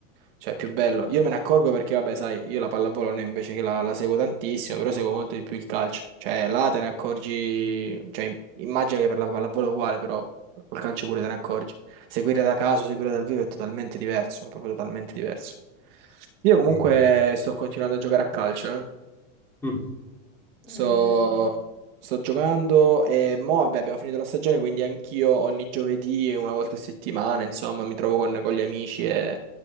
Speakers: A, on the right (about 45°); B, in the centre.
A: Cioè, è più bello. Io me ne accorgo perché, vabbè, sai, io la pallavolo non è invece che la, la seguo tantissimo, però seguo molto di più il calcio. Cioè, là te ne accorgi, cioè, im- immagino che per la pallavolo è uguale, però col calcio pure te ne accorgi. Seguire da caso, seguire dal vivo è totalmente diverso, è proprio totalmente diverso. Io comunque
B: Bellissimo.
A: sto continuando a giocare a calcio, eh.
B: Mm.
A: Sto,
B: Eh,
A: sto giocando e mo, vabbè, abbiamo finito la stagione, quindi anch'io ogni giovedì e una volta a settimana, insomma, mi trovo con, con gli amici e,